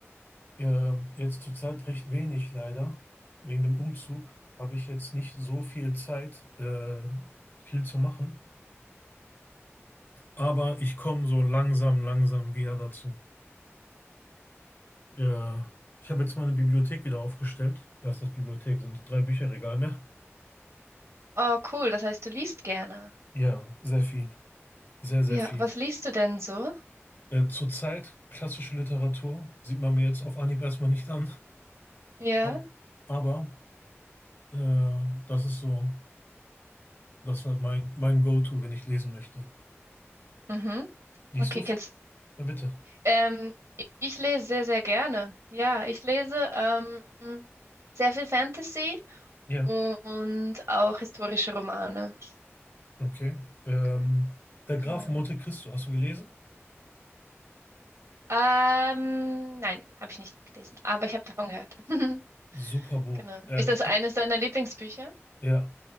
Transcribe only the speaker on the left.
äh, jetzt zurzeit recht wenig leider. Wegen dem Umzug habe ich jetzt nicht so viel Zeit, äh, viel zu machen. Aber ich komme so langsam, langsam wieder dazu. Äh, ich habe jetzt meine Bibliothek wieder aufgestellt. Ja, ist das Bibliothek, sind drei Bücherregale. ne?
Ja, sehr viel. Sehr, sehr
viel.
Äh, zurzeit klassische Literatur sieht man mir jetzt auf Anhieb erstmal nicht an.
Ab- Aber äh, das ist so, das war mein, mein Go-To, wenn ich lesen möchte.
Liest
du viel?
Ja, bitte.
Ja,
okay. Ähm,
Der Graf
von Monte Cristo, hast du gelesen?
Super Buch,
ehrlich.
Äh,
Ja,